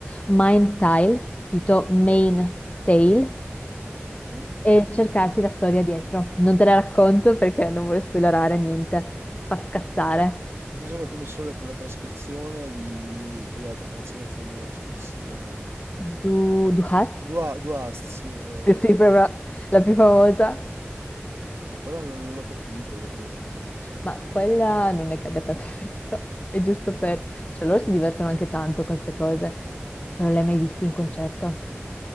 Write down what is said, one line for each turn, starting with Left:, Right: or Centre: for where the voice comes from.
Left: Mind Tile, scritto Main Tale,
Right: Sì?
Left: e cercarti la storia dietro. Non te la racconto perché non voglio spoilerare niente. Fa scassare.
Right: Mi sembra che mi sono letto la trascrizione di quell'altra canzone famosa, come si chiama?
Left: Du, Du hast?
Right: Duast, sì. eh.
Left: Sì, sì, proprio la più famosa.
Right: Eh, però non, non l'ho capita io quella lì, non lo so.
Left: Ma quella non è che abbia tanto <laughs> senso, è giusto
Right: Ah,
Left: per... Cioè loro si divertono anche tanto con queste cose, però le hai mai viste in concerto?